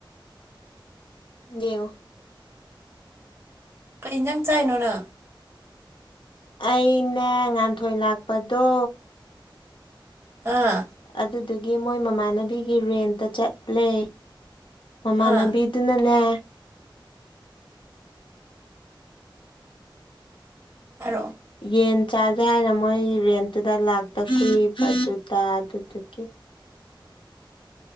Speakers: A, on the left; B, on the right.
A: ꯌꯦꯉ
B: ꯀ ꯏꯟꯖꯥꯡ ꯆꯥꯏꯅꯣꯅ
A: ꯑꯩꯅ ꯉꯥꯟꯊꯣꯏ ꯂꯥꯛꯄꯗꯣ
B: ꯑꯥ
A: ꯑꯗꯨꯒꯤ ꯃꯣꯏ ꯃꯃꯥꯟꯅꯕꯤꯒꯤ ꯔꯦꯟꯇ ꯆꯠꯂꯦ ꯃꯃꯥꯟꯅꯕꯤꯗꯨꯅꯅꯦ
B: ꯑꯥ ꯑꯔꯣ
A: ꯌꯦꯟ ꯆꯥꯥꯁꯦ ꯍꯥꯏꯅ ꯃꯣꯏ ꯔꯦꯟꯠꯇꯨꯗ ꯂꯥꯛꯇ ꯀꯨꯏꯕꯗꯨꯗ ꯑꯗꯨꯗꯨꯒꯤ